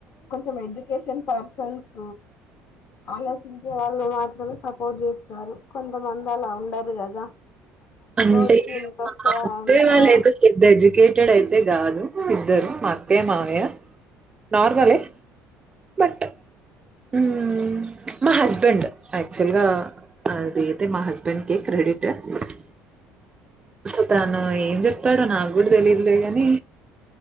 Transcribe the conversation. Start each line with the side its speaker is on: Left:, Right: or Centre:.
Left: కొంచెం ఎడ్యుకేషన్ పర్సన్స్ అలోచించే వాళ్ళు మాత్రమే సపోర్ట్ చేస్తారు కొంతమంది అలా ఉండరు కదా
Right: అంటే
Left: నోటికి ఎంత
Right: మా
Left: వస్తే
Right: అత్తయ్య
Left: అంత
Right: వాళ్ళయితే పెద్ద ఎడ్యుకేటెడ్ అయితే కాదు ఇద్దరు మా అత్తయ్య మావయ్య నార్మలే బట్ హ్మ్మ్ మా హస్బెండ్ యాక్చువల్ గా అది అయితే మా హస్బెం టెన్ కి క్రెడిట్ అయితే చెప్తాను ఏం చెప్త తాడు నాకు కూడా తెలియదులే కాని